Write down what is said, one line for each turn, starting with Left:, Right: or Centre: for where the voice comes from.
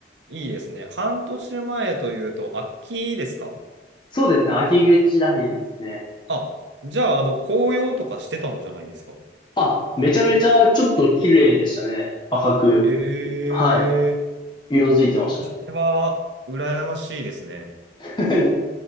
Right: いいですね。半年前というと、秋ですか
Left: そうですね。秋口らへんですね。
Right: あ、じゃあ、あの、紅葉とかしてたんじゃないですか
Left: あ、めちゃめちゃちょっと綺麗でしたね。赤く。
Right: ええ
Left: はい。色づいてました
Right: いや、それは、羨ましいですね。
Left: よ。<laughs>